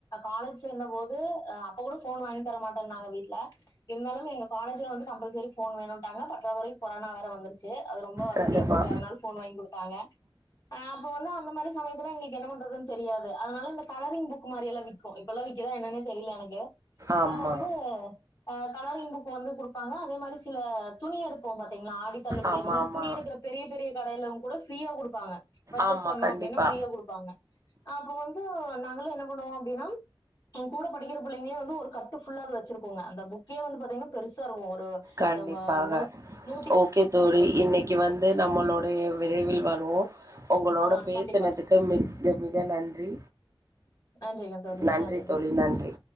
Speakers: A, on the left; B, on the right.
A: காலேஜ் சேந்த போது அப்பகூட போன் வாங்கி தரமாட்டான்னாங்க வீட்ல இருந்தாலு எங்க காலேஜில வந்து கம்பல்சரி போன் வேணுன்ட்டாங்க பற்றாக்குறை கொரனா வேற வந்துருச்சி அது ரொம்ப வசதியா
B: கண்டிப்பா
A: போச்சி அதனால போன் வாங்கி கொடுத் தாங்க அப்ப வந்து அந்த மாரி சமயத்துல எங்களுக்கு என்ன பண்றதுன்னு தெரியாது அதனால இந்த கலரிங் புக் மாறிலா விக்கு இப்பெல்லா விக்குதா என்னன்னே தெரியல எனக்கு
B: ஆமா
A: அப்ப வந்து கலரிங் புக் வந்து கொடுப்பாங்க அதே மாரி சில துணி எடுத். போங்கப். இங்க ஆடி தள்ளுபடி
B: ஆமா
A: அந்த மாதிரி
B: ஆமா
A: துணி எடுக்க பெரிய பெரிய கடையில உங். கூட ஃப்ரீயா கொடுப்பாங்க. பர்ச்சேஸ்
B: ஆமா
A: பண்ணோம்
B: கண்டிப்பா
A: அப்படின்னா ஃப்ரீயா குடுப்பாங்க. அப்ப வந்து நாங்களாம் என்ன பண்ணுவோம் அப்படின்னா என் கூட படிக்கிற பிள்ளைங்களே வந்து ஒரு கட்டு ஃபுல்லா அது வச்சிருக்கோங்க அந்த புக்கே வந்து பாத்தீங்கன்னா பெருசா இருக்கோ. க்கோ.
B: கண்டிப்பாக
A: நம்ம நோட்.
B: ஓகே தோழி இன்னைக்கு வந்து நம்மளோடய விரைவில் வருவோ. உங்களோட
A: ஆஹ்
B: பேசினதுக்கு
A: கண்டிப்பா
B: மிக மிக நன்றி
A: நன்றிங்க தோழி
B: நன்றி
A: நன்றிங்க
B: தோழி நன்றி.